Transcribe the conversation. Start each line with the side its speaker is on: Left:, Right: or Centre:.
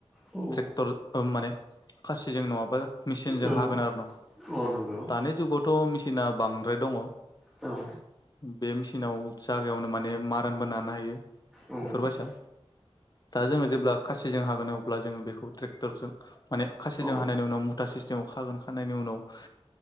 Centre: औ
Left: ट्रेक्टर माने खासिजों नङाबा मेसिनजों
Centre: औ
Left: हागोन आरो न
Centre: औ नंगौ
Left: दानि जुगावथ मेसिना बांद्राय दङ
Centre: औ
Left: बे मेचिनाव जागायावनो माने मारोनबो नानो हायो
Centre: औ
Left: बेफोरबायसा
Centre: औ
Left: दा जोङो जेब्ला खासिजों हागोन अब्ला जोङो बेखौ खौ ट्रेक्टरजों माने खासिजों
Centre: औ
Left: हानायनि उनाव मुथा सिस्टेमाव खागोन खानायनि उनाव